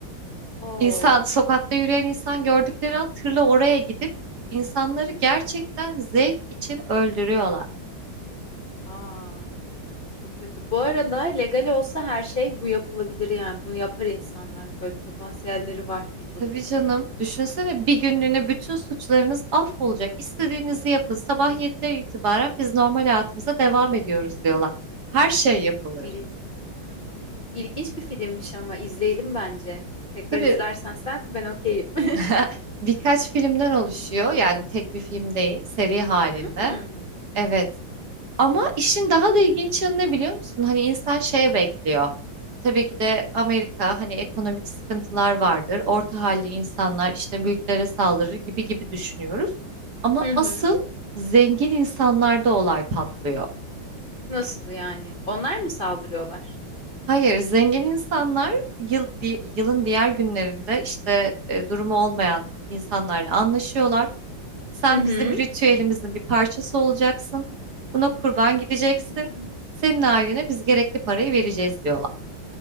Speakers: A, on the left; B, on the right.
A: Oo,
B: İnsan, sokakta yürüyen insan gördükleri an tırla oraya gidip insanları gerçekten zevk için öldürüyorlar.
A: aa, çok çok kötü. Bu arada legal olsa her şey bu yapılabilir yani bunu yapar insanlar. Böyle potansiyelleri var birçok
B: Tabii
A: kişinin.
B: canım. Düşünsene bir günlüğüne bütün suçlarınız affolacak. İstediğinizi yapın. Sabah 7'den itibaren biz normal hayatımıza devam ediyoruz diyorlar. Her şey yapılır.
A: İl... Ay, ilginç bir filmmiş ama izleyelim bence. Tekrar
B: Tabii
A: izlersen sen ben okeyim.
B: <laughs>
A: <laughs>
B: birkaç filmden oluşuyor. Yani tek bir film değil, seri halinde.
A: Hmm.
B: Evet, Ama işin daha da ilginç yanı ne biliyor musun? Hani insan şeye bekliyor. Tabii ki de Amerika hani ekonomik sıkıntılar vardır. Orta halli insanlar işte mülklere saldırır gibi gibi düşünüyoruz. Ama
A: Hı hı.
B: asıl zengin insanlarda olay patlıyor.
A: Nasıl yani? Onlar mı saldırıyorlar?
B: Hayır, zengin insanlar yıl, di- yılın diğer günlerinde işte e, durumu olmayan insanlarla anlaşıyorlar. Sen
A: Hı hı.
B: bizim ritüelimizin bir parçası olacaksın. Buna kurban gideceksin.
A: Hmm.
B: Senin ailene biz gerekli parayı vereceğiz diyorlar.